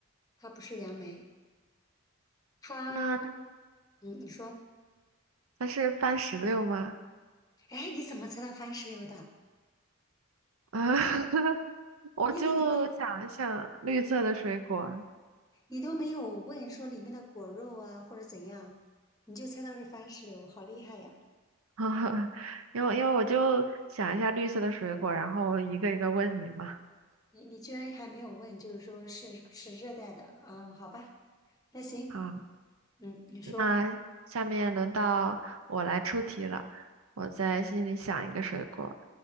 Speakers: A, on the left; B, on the right.
A: 它不是杨梅，它
B: 那
A: 嗯，你说，
B: 它是番石榴吗？
A: 哎，你怎么知道番石榴的？
B: 啊，<laughs> 我就想一想绿色的水果，
A: 因为你都。你都没有问说里面的果肉啊或者怎样，你就猜到是番石榴，好厉害呀！
B: <laughs> 因为因为我就想一下绿色的水果，然后一个一个问你嘛。
A: 你你居然还没有问，就是说是是热带的，啊，好吧，那行，
B: 啊，
A: 嗯，你说，
B: 那下面轮到我来出题了，我在心里想一个水果。